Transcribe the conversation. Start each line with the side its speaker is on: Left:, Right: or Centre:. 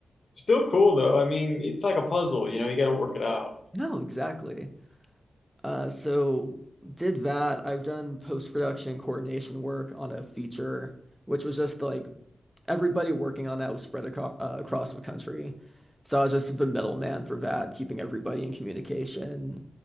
Left: Still cool though. I mean, it's like a puzzle, you know, you got to work it out.
Centre: No, exactly. Uh, so did that. I've done post-production coordination work on a feature, which was just like everybody working on that was spread aco uh, across the country. So I was just the middleman for that, keeping everybody in communication,